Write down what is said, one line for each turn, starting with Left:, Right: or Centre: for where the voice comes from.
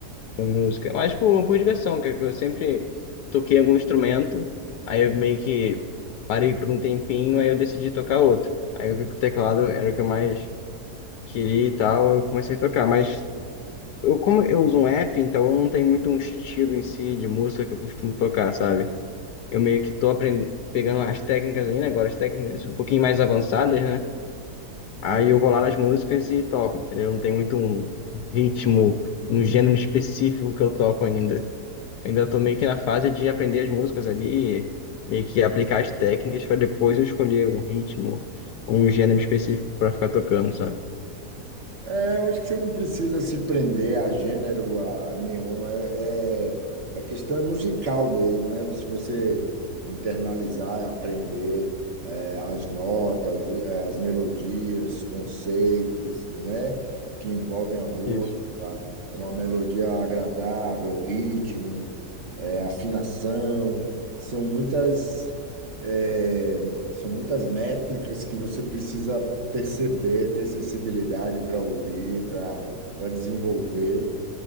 Left: com música. Mas por, por diversão, que eu sempre toquei algum instrumento, aí eu meio que parei por um tempinho, aí eu decidi tocar outro. Aí eu vi que o teclado era o que eu mais queria e tal, eu comecei a tocar. Mas eu, como eu uso um app, então eu não tenho muito um estilo em si de música que eu costumo tocar, sabe? Eu meio que tô aprendendo, pegando as técnicas ainda agora, as técnicas um pouquinho mais avançadas, né? Aí
Right: É.
Left: eu vou lá nas músicas e toco, entendeu? Não tem muito um um ritmo, um gênero específico que eu toco ainda. Ainda tô meio que na fase de aprender as músicas ali, meio que aplicar as técnicas para depois eu escolher um ritmo, um gênero específico para ficar tocando, sabe?
Right: É, eu acho que você não precisa se prender a gênero a nenhum. É, é- a questão é musical mesmo, né? Se você internalizar, aprender é, as notas, o- é, as melodias, conceitos, né? Que envolvem a música,
Left: Isso.
Right: uma melodia agradável, ritmo, é, afinação. São muitas, é, são muitas métricas que você precisa perceber, ter sensibilidade para ouvir, para para desenvolver.